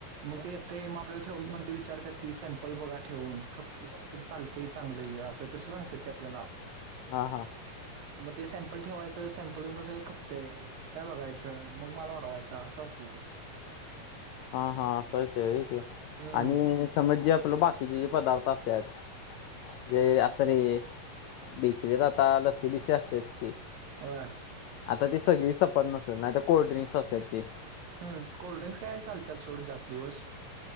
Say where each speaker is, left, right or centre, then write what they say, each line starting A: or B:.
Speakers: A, on the right (about 75°); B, on the left (about 90°).
A: मग ते येत मग आपल्याला ठेव म्हण विचारत ती सॅम्पल बघा ठेवून ख चालते चांगलं असं तस सांगत ते आपल्याला.
B: हा हा
A: मग ते सॅम्पल ठेवायचं सॅम्पल सगं खपतेय. काय बघायचं मग माल वाढवायच असं असते ते. <unintelligible>
B: हा हा असं विशय आहे ते
A: हम्म
B: आणि समज जे आपलं बाकीचे जे पदार्थ असतात. ते अस रे. बेकरी आता लस्सी बिशी असतेच की
A: होय
B: आता ती सगळी संपत नसते. नाही तर कोल्ड्रिंक्स असतात ते.
A: हम् कोल्ड्रिंक्स काय चालतात सोड जास्त दिवस.